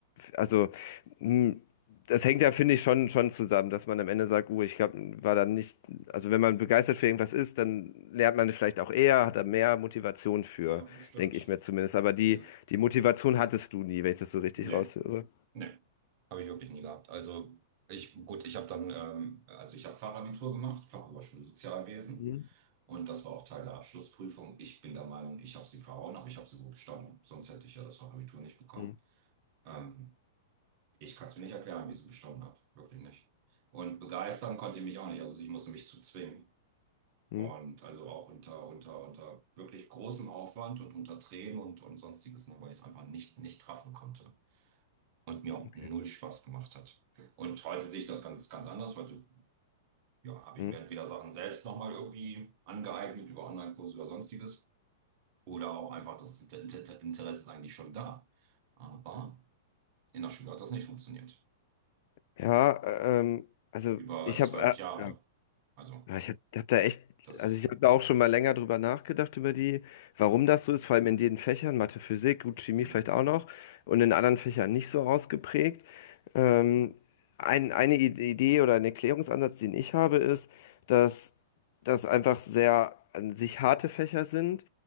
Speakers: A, on the left (about 60°); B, on the right (about 50°).
A: also mh, das hängt ja, finde ich, schon, schon zusammen, dass man am Ende sagt, oh, ich glaub, war dann nicht, also wenn man begeistert für irgendwas ist, dann lernt man es vielleicht auch eher, hat da mehr Motivation für,
B: Ja, bestimmt.
A: denke ich mir zumindest. Aber die,
B: Ja.
A: die Motivation hattest du nie, wenn ich das so richtig
B: Nee,
A: raushöre.
B: nee. Habe ich wirklich nie gehabt. Also ich, gut, ich habe dann, ähm, also ich habe Fachabitur gemacht, Fachoberschule Sozialwesen.
A: Mhm.
B: Und das war auch Teil der Abschlussprüfung. Ich bin der Meinung, ich habe sie verhauen, aber ich habe sie gut bestanden. Sonst hätte ich ja das Fachabitur nicht bekommen.
A: Hm,
B: Ähm, ich kann es mir nicht erklären, wie ich sie bestanden habe. Wirklich nicht. Und begeistern konnte ich mich auch nicht. Also ich musste mich zu zwingen.
A: hm,
B: Und also auch unter, unter, unter wirklich großem Aufwand und unter Tränen und, und sonstiges, ne, weil ich es einfach nicht, nicht treffen konnte und mir auch
A: okay.
B: null Spaß gemacht hat. Und heute sehe ich das ganz, ganz anders. Heute, ja, habe
A: Hm.
B: ich mir entweder Sachen selbst nochmal irgendwie angeeignet über Online-Kurse oder sonstiges oder auch einfach das Inter- Inter- Interesse ist eigentlich schon da. Aber in der Schule hat das nicht funktioniert.
A: Ja, ähm, also
B: Über
A: ich
B: zwölf
A: habe,
B: Jahre.
A: äh,
B: Also,
A: Ja, ich habe hab hab da echt,
B: das.
A: also ich habe da auch schon mal länger drüber nachgedacht, über die, warum
B: mm,
A: das so ist, vor allem in den Fächern, Mathe, Physik, gut, Chemie
B: mm,
A: vielleicht auch noch und in anderen Fächern nicht so ausgeprägt. Ähm, ein, eine Ide- Idee oder ein Erklärungsansatz, den ich habe, ist, dass das einfach sehr an sich harte Fächer sind,